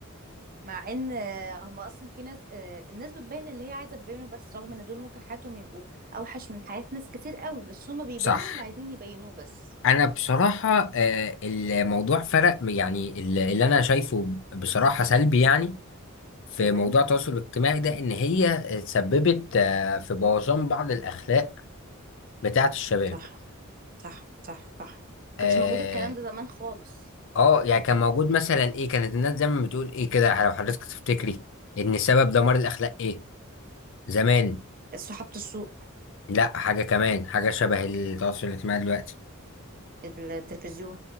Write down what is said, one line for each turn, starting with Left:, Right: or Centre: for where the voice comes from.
Right: مع ان آه، هم اصلا في ناس آه، الناس بتبين اللي هي عايزة تبينه بس رغم ان دول ممكن حياتهم يبقوا اوحش من حياة ناس كتير قوي بس هم بيبينوا
Left: صح
Right: اللي عايزين يبينوه بس
Left: انا بصراحة آه، الموضوع فرق يعني اللي اللي انا شايفه
Right: مم.
Left: بصراحة سلبي يعني في
Right: تمام
Left: موضوع التواصل الاجتماعي ده ان هي تسببت آه، في بوظان بعض الاخلاق بتاعه الشباب
Right: صح صح صح صح ما
Left: اه
Right: كانش موجود الكلام ده زمان خالص
Left: آه، يعني كان موجود مثلا ايه كانت الناس زمان بتقول ايه كده لو حضرتك تفتكري ان سبب دمار الاخلاق ايه زمان
Right: صحافة السوق
Left: لا حاجه كمان حاجه شبه التواصل الاجتماعي دلوقتي
Right: التلفزيون